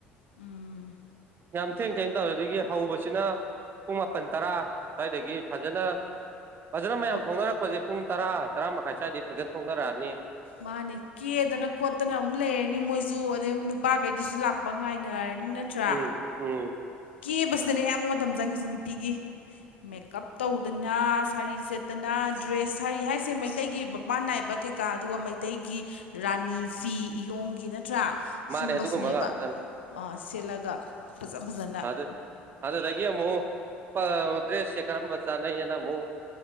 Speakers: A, on the left (about 75°); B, on the right (about 35°).
A: ꯎꯝ
B: ꯌꯥꯝ ꯊꯦꯡ ꯊꯦꯡ ꯇꯧꯔ ꯑꯗꯒꯤ ꯍꯧꯕꯁꯤꯅ ꯄꯨꯡ ꯃꯥꯄꯟ ꯇꯔꯥ ꯁ꯭ꯋꯥꯏꯗꯒꯤ ꯐꯖꯅ ꯐꯖꯅ ꯃꯌꯥꯝ
A: ꯑꯣꯀꯦ
B: ꯊꯣꯡꯅꯔꯛꯄꯁꯦ ꯄꯨꯡ ꯇꯔꯥ ꯇꯔꯥ ꯃꯈꯥꯏ ꯁ꯭ꯋꯥꯏꯗꯤ ꯐꯖꯅ ꯊꯣꯡꯅꯔꯛꯑꯅꯤ
A: ꯃꯥꯅꯦ ꯀꯦꯗꯅ ꯈꯣꯠꯇꯅ ꯑꯃꯨꯛ ꯂꯩꯔꯅꯤ ꯃꯣꯏꯁꯨ ꯑꯗꯩ ꯅꯨꯄꯥꯉꯩꯗꯨꯁꯨ ꯂꯥꯛꯄ ꯉꯥꯏꯅꯔꯅꯤ ꯅꯠꯇ꯭ꯔꯥ
B: ꯎꯝ ꯎꯝ
A: ꯀꯦꯕꯁꯤꯗꯅꯦ ꯑꯌꯥꯝꯕ ꯃꯇꯝ ꯆꯪꯉꯤꯁꯦ ꯅꯨꯄꯤꯒꯤ ꯃꯦꯀꯞ ꯇꯧꯗꯅ ꯁꯥꯔꯤ ꯁꯦꯠꯇꯅ ꯗ꯭ꯔꯦꯁ ꯁꯥꯔꯤ ꯍꯥꯏꯁꯦ ꯃꯩꯇꯩꯒꯤ ꯃꯄꯥꯟ ꯅꯥꯏꯕ ꯀꯩꯀꯥ ꯑꯗꯨꯒ ꯃꯩꯇꯩꯒꯤ ꯔꯥꯅꯤ ꯐꯤ ꯏꯌꯣꯡꯒꯤ ꯅꯠꯇ꯭ꯔꯥ
B: ꯃꯥꯅꯦ
A: ꯁꯨꯝꯕꯁꯤꯅꯦꯕ
B: ꯑꯗꯨꯒꯨꯝꯕ ꯉꯥꯛꯇꯅꯤ
A: ꯑ ꯁꯦꯠꯂꯒ ꯐꯖ ꯐꯖꯅ
B: ꯑꯗꯨ ꯑꯗꯨꯗꯒꯤ ꯑꯃꯨꯛ ꯄ ꯗ꯭ꯔꯦꯁꯁꯦ ꯀꯔꯝꯕ ꯆꯥꯟꯅꯩꯌꯦꯅ ꯑꯃꯨꯛ